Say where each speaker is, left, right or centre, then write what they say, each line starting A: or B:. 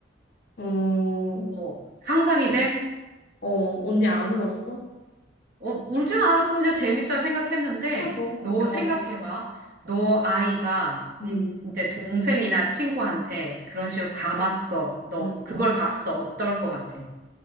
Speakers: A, on the left; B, on the right.
A: 어,
B: 어, 상상이 돼?
A: 어, 언니 안 울었어?
B: 어, 울진 않았고 그냥 재밌다 생각했는데,
A: 아, 너무
B: 너
A: 웃겨.
B: 생각해봐.
A: 어.
B: 너 아이가
A: 음,
B: 이- 이제 동생이나 친구한테 그런 식으로 감았어. 너
A: 음.
B: 그걸 봤어. 어떨 것 같아?